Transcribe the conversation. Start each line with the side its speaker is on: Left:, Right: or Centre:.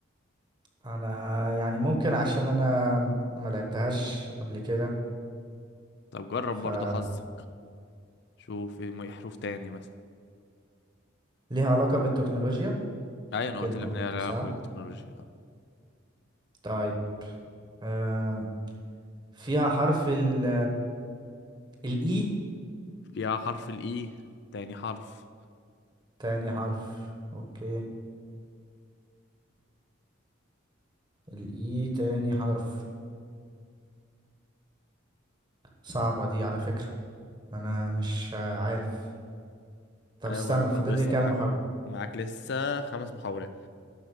Right: انا يعني ممكن عشان انا ما لعبتهاش قبل كده
Left: طب جرب
Right: فليها
Left: برضو حظك شوف ايه م- إيه حروف تاني مثلا
Right: علاقة بالتكنولوجيا
Left: ايوه انا
Right: كلمة
Left: قلت لك
Right: قلت
Left: ان هي لها
Right: صح
Left: علاقه بالتكنولوجيا
Right: طيب آم، فيها حرف ال الإي
Left: فيها حرف الاي تاني حرف
Right: تاني حرف أوكي الإي تاني حرف صعبة دي على فكرة أنا مش عارف طب
Left: حاول
Right: استنى
Left: برضه
Right: فاضل
Left: لسه
Right: لي كام
Left: معاك
Right: محاولة
Left: معاك لسه خمس محاولات